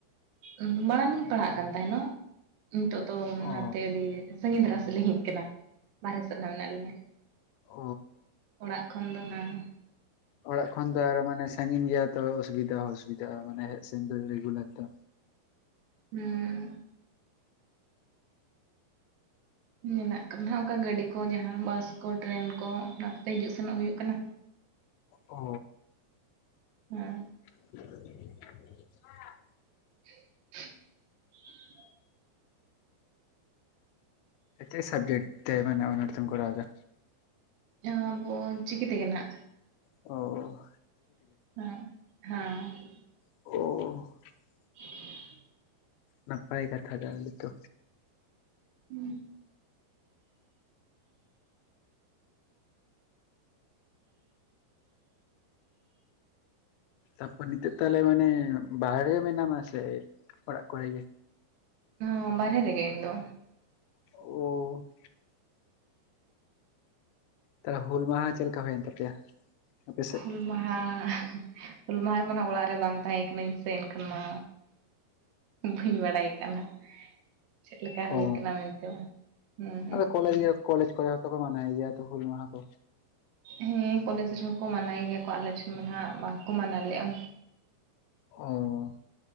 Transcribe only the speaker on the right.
ᱩᱸᱢ ᱢᱟᱲᱟᱝᱞᱤᱧ ᱯᱟᱲᱦᱟᱜ ᱠᱟᱱ ᱛᱟᱦᱮᱱᱚ᱾ ᱱᱤᱛᱚᱜ ᱫᱚ
ᱱᱟᱛᱮ ᱟᱹᱰᱤ ᱥᱟᱺᱜᱤᱧ ᱫᱷᱟᱨᱟ ᱥᱮᱫᱞᱤᱧ ᱦᱮᱡ ᱟᱠᱟᱱᱟ᱾ ᱱᱤᱛᱚᱜ ᱱᱟᱦᱟᱜ ᱢᱮᱱᱟᱜ ᱞᱤᱧᱟᱹ
ᱚᱲᱟᱜ ᱠᱷᱚᱱ ᱫᱚ ᱦᱟᱸᱜ
ᱦᱩᱸ᱾ ᱢᱮᱱᱟᱜ ᱠᱟᱫᱟ ᱦᱟᱸᱜ ᱚᱱᱠᱟ ᱜᱟᱹᱰᱤ ᱠᱚ ᱡᱟᱦᱟᱸ ᱵᱟᱥ ᱠᱚ, ᱴᱨᱮᱱ ᱠᱚ, ᱚᱱᱟ ᱠᱚᱛᱮ ᱦᱤᱡᱩᱜ ᱥᱮᱱᱚᱜ ᱦᱩᱭᱩᱜ ᱠᱟᱱᱟ᱾
ᱦᱮᱸ᱾
<inaudible>
ᱡᱟᱦᱟᱸ ᱟᱵᱚ ᱪᱤᱠᱤ ᱛᱮᱜᱮ ᱱᱟᱦᱟᱜ᱾
ᱦᱮᱸ ᱦᱚᱸ᱾
<inaudible>
ᱦᱩᱸ᱾
ᱦᱚᱸ ᱵᱟᱦᱨᱮ ᱨᱮᱜᱮ ᱤᱧ ᱫᱚ ᱾
ᱦᱩᱞ ᱢᱟᱦᱟ, ᱦᱩᱞ ᱢᱟᱦᱟ ᱨᱮᱢᱟ ᱚᱲᱟᱜ ᱨᱮ ᱵᱟᱝ ᱛᱟᱦᱮᱸ ᱠᱟᱱᱟᱹᱧ ᱥᱮ, ᱮᱱᱠᱷᱟᱱ ᱢᱟ ᱵᱟᱹᱧ ᱵᱟᱲᱟᱭ ᱠᱟᱱᱟ᱾ ᱪᱮᱫ ᱞᱮᱠᱟ ᱦᱩᱭ
ᱠᱟᱱᱟ᱾ ᱢᱮᱱᱛᱮ ᱦᱩᱸ ᱦᱩᱸ
᱾
ᱦᱩᱸ ᱠᱚᱞᱮᱡᱽ ᱨᱮᱦᱚᱸ ᱠᱚ ᱢᱟᱱᱟᱣ ᱜᱮᱭᱟ᱾ ᱠᱚ ᱟᱞᱮ ᱴᱷᱮᱱ ᱢᱟ ᱵᱟᱝ ᱠᱚ ᱢᱟᱱᱟᱣ ᱞᱮᱜᱼᱟ?